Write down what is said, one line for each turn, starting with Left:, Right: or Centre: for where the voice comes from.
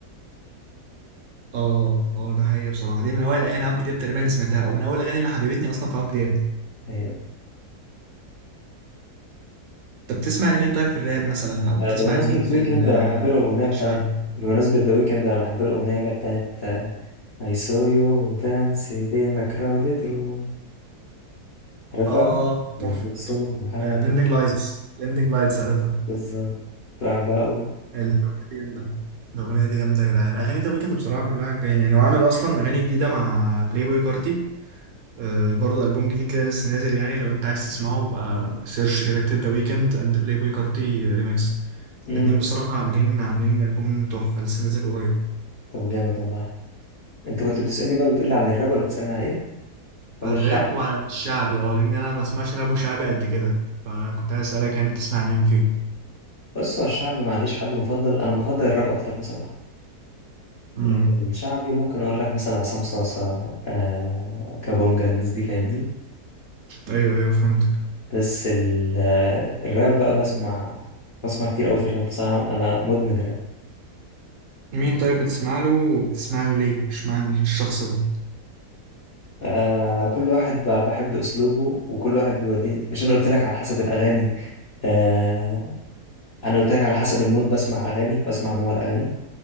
Right: اه اه ده حقيقة بصراحة دي من أول أغاني عمرو دياب تقريبا اللي سمعتها أو من أول أغاني اللي حببتني أصلا في عمرو دياب
Left: ايوه
Right: طب بتسمع لمين طيب في الراب مثلا او بتسمع
Left: آه، بمناسبة
Right: لمين في
Left: ويكند
Right: ال-
Left: انا بحب له الاغنية
Right: في
Left: بتاعت
Right: الشعب
Left: بمناسبة ذا ويكند انا بحب له الاغنية اللي هي بتاعت I saw you dance in a crowded room عارفها؟
Right: اه
Left: يلبسوها
Right: تحفه تحفه بلندنج لايتس بلندنج لايتس عارفها
Left: بالظبط كنت بحبها أوي
Right: الاغنيه دي جامده الاغنيه دي جامده يا جدعان اغاني ذا ويكند بصراحه كلها عجباني يعني هو عامل اصلا اغاني جديده مع بلاي بوي كارتي آه برضه البوم جديد كده لسه نازل يعني لو انت عايز تسمعه بقى سيرش كده اكتب ذا ويكند اند بلاي بوي كارتي ريميكس
Left: مم.
Right: الاتنين بصراحه عاملين عاملين البوم تحفه لسه نازل قريب
Left: طب جامد والله أنت كنت بتسألني بقى بتقولي عن الراب ولا بتسألني على إيه؟
Right: على
Left: ولا الشعبي؟
Right: الراب وعلى الشعبي اه لان انا ما بسمعش راب وشعبي قد كده فكنت عايز اسالك يعني بتسمع مين فيهم
Left: بص هو الشعبي معليش حد مفضل أنا بفضل الراب أكتر بصراحة
Right: امم
Left: لكن الشعبي ممكن أقول لك مثلا عصام صاصة آه كابونجا الناس دي فاهمني
Right: ايوه ايوه فهمتك
Left: بس ال- آه، الراب بقى بسمع بسمع كتير أوي في الراب بصراحة أنا مدمن راب
Right: مين طيب بتسمع له وبتسمع له ليه اشمعنى الشخص ده
Left: آه كل واحد ب- بحب اسلوبه وكل واحد بيوديني مش انا قلت لك على حسب الاغاني آه انا قلت لك على حسب المود بسمع اغاني بسمع نوع الاغاني